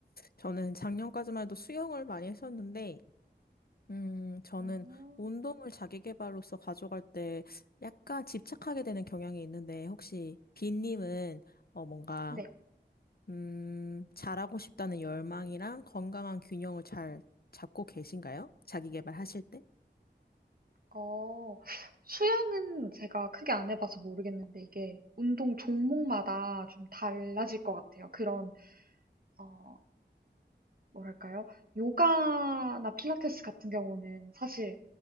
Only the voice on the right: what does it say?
음.
네,
어, 수영은 제가 크게 안 해봐서 모르겠는데, 이게 운동 종목마다 좀 달라질 것 같아요. 그런, 어, 뭐랄까요? 요가나 필라테스 같은 경우는 사실